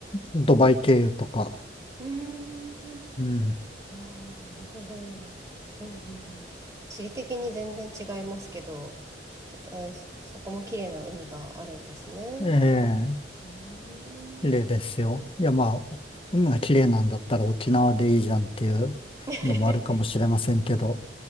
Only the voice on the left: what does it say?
ドバイ経由とか。
うん。
え
え例ですよ。いや、まあ、海が綺麗なんだったら沖縄でいいじゃんっていうのもあるかもしれませんけど。